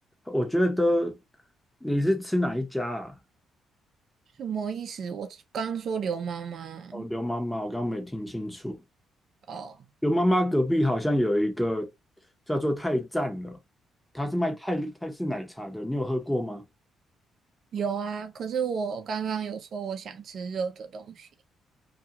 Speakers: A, in the centre; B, on the right.
A: 我觉得你是吃哪一家啊？
B: 什么意思？我刚说刘妈妈
A: 哦，刘妈妈，我刚刚没听清楚。
B: 哦，
A: 有妈妈隔壁好像有一个叫做泰赞了，它是卖泰泰式奶茶的，你有喝过吗？
B: 有啊。可是我刚刚有说我想吃热的东西。